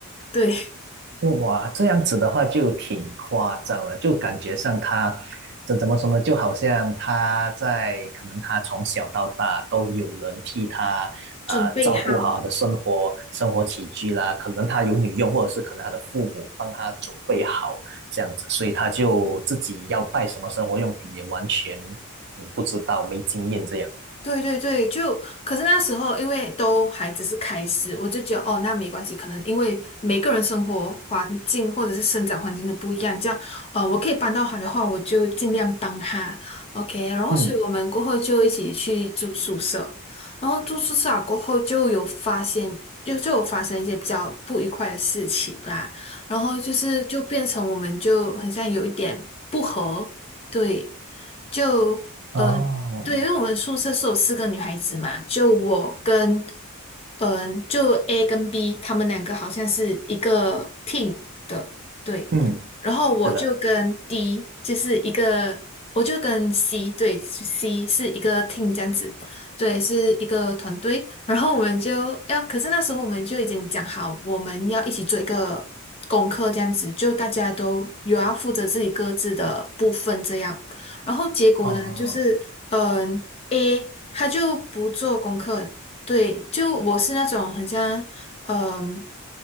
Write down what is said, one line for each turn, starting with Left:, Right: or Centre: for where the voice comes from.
Left: 对，<laughs>
Right: 哇，这样子的话就挺夸张了，就感觉上他这怎么说呢？就好像他在可能他从小到大都有人替他呃照顾好他的生活生活起居啦，
Left: 准备好。
Right: 可能他有女佣，或者是可能他的父母帮他准备好这样子，所以他就自己要带什么生活用品也完全嗯不知道，没经验这样。
Left: 对对对，就可是那时候因为都还只是开始，我就觉得哦，那没关系，可能因为每个人生活环境或者是生长环境都不一样，这样呃，我可以帮到他的话，我就尽量帮他，OK。然后所以我们过后就一起去住宿舍，
Right: 嗯，
Left: 然后住宿舍啊过后就有发现，就就有发生一些比较不愉快的事情啦，然后就是就变成我们就很像有一点不和，对。就呃
Right: 哦，
Left: 对，因为我们宿舍是有四个女孩子嘛，就我跟，嗯、就 A 跟 B，她们两个好像是一个 team 的，对。
Right: 嗯，
Left: 然后我就跟
Right: 是的，
Left: D，就是一个，我就跟 C，对是 c 是一个 team 这样子，对，是一个团队。然后我们就要，可是那时候我们就已经讲好，我们要一起做一个功课这样子，就大家都有要负责自己各自的部分这样。然后结果呢，
Right: 哦，
Left: 就是嗯、呃 a 他就不做功课，对，就我是那种很像嗯、